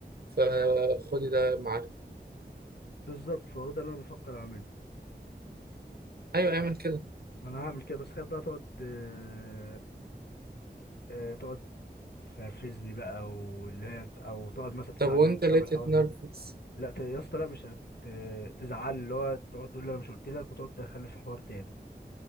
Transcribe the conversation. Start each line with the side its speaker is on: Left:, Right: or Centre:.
Right: فخدي ده معاك
Left: بالظبط فهو ده اللي انا بفكر اعمله
Right: ايوه اعمل كده
Left: ما انا هعمل كده بس خايف بقى تقعد آه آه تقعد تنرفزني بقى واللي هي او تقعد مثلا تزعل
Right: طب وانت
Left: مني بسبب
Right: ليه تتنرفز
Left: الحوار ده لا ت- يا اسطى لا مش هتزعل اللي هو تقعد تقول لي انا مش قلت لك وتقعد تدخلني في حوار تاني